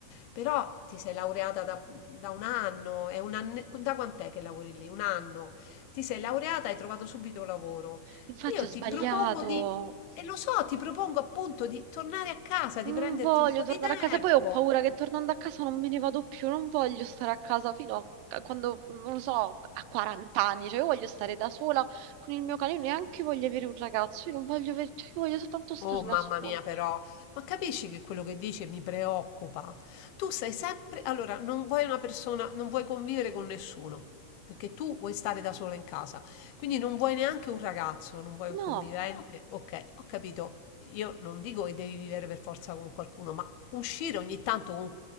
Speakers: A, on the left (about 80°); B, on the right (about 75°).
A: Però ti sei laureata da, da un anno, è un anne- da quant'è che lavori lì? Un anno. Ti sei laureata e hai trovato subito lavoro.
B: Infatti
A: Io
B: ho sbagliato.
A: ti propongo di, e lo so, ti propongo appunto di tornare a casa, di
B: Non
A: prenderti
B: voglio
A: un po'
B: tornare
A: di tempo.
B: a casa, poi ho paura che tornando a casa non me ne vado più, non voglio stare a casa fino a quando, non lo so, a 40 anni, cioè io voglio stare da sola con il mio cane, io neanche voglio avere un ragazzo, io non voglio avere, cioè io voglio soltanto stare
A: Oh mamma
B: da sola.
A: mia però, ma capisci che quello che dici mi preoccupa? Tu sei sempre, allora, non vuoi una persona, non vuoi convivere con nessuno, perché tu vuoi stare da sola in casa, quindi non vuoi neanche un ragazzo, non vuoi
B: No,
A: un convivente. Ok, ho capito, io non dico che devi vivere per forza con qualcuno, ma uscire ogni tanto con...